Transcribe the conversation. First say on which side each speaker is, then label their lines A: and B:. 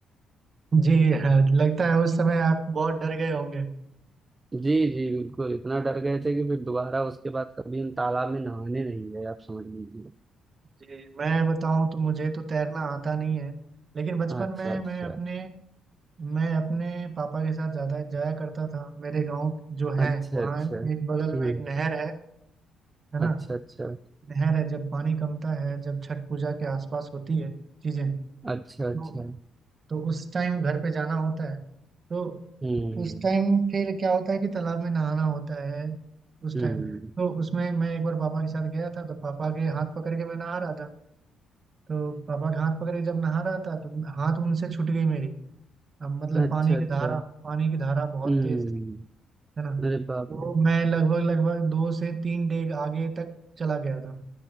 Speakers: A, on the right (about 40°); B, on the right (about 25°).
A: जी हाँ, लगता है उस समय आप बहुत डर गए होंगे
B: जी जी बिल्कुल इतना डर गए थे कि फिर दोबारा उसके बाद कभी हम तालाब में नहाने नहीं गए आप समझ लीजिए
A: जी मैं बताऊं तो मुझे तो तैरना आता नहीं है लेकिन बचपन
B: अच्छा
A: में
B: अच्छा
A: मैं अपने मैं अपने पापा के साथ ज्यादा जाया करता था मेरे गांव जो है
B: अच्छा
A: वहाँ
B: अच्छा
A: एक बगल
B: हम्म
A: में एक नहर है है ना
B: अच्छा अच्छा
A: नहर है जब पानी कमता है जब छठ पूजा के आसपास होती है चीजें
B: अच्छा
A: तो,
B: अच्छा
A: तो उस टाइम घर पे जाना होता है तो
B: हम्म
A: उस टाइम फिर क्या होता है कि तालाब में नहाना होता है उस
B: हम्म
A: टाइम तो उसमें मैं एक बार पापा के साथ गया था तो पापा के हाथ पकड़ के मैं नहा रहा था तो पापा के हाथ पकड़ के जब नहा रहा था तो हाथ उनसे छूट गई मेरी अब मतलब
B: अच्छा
A: पानी की
B: अच्छा
A: धारा पानी की धारा बहुत
B: हम्म
A: तेज थी है ना तो
B: अरे बाप रे
A: मैं लगभग लगभग दो से तीन डेग आगे तक चला गया था